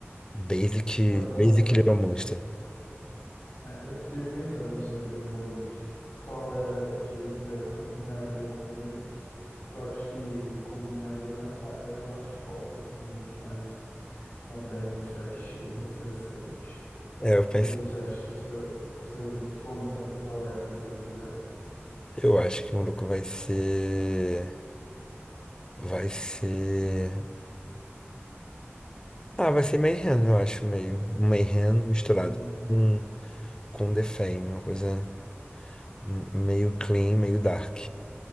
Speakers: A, on the left; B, on the left.
A: Basic,
B: Vai ficar
A: Basic
B: bom.
A: Little Monster.
B: É, eu fiquei pensando sobre o meu look. Qual era de Lady Gaga eu combinaria com o meu look? Eu acho que combinaria mais com a era do art pop, assim, um look mais. moderno e fresh e refrescante.
A: É, eu pensei.
B: E você acha que seu, seu look combina com qual era de Lady Gaga?
A: Eu acho que o maluco vai ser. Vai ser. Ah, vai ser Mayhem, eu acho, meio. Um Mayhem misturado
B: Meio,
A: com, com The Fame, uma coisa meio clean, meio dark.